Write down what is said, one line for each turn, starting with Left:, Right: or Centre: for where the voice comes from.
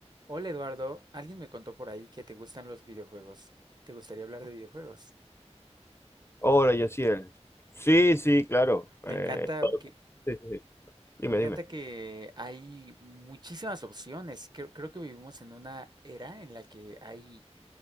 Right: Hola Eduardo, alguien me contó por ahí que te gustan los videojuegos. ¿Te gustaría hablar de videojuegos?
Left: Hola, Yaciel. Sí, sí, claro. Eh,
Right: Me encanta que,
Left: sí, sí, sí. Dime,
Right: me encanta
Left: dime.
Right: que hay muchísimas opciones. Creo, creo que vivimos en una era en la que hay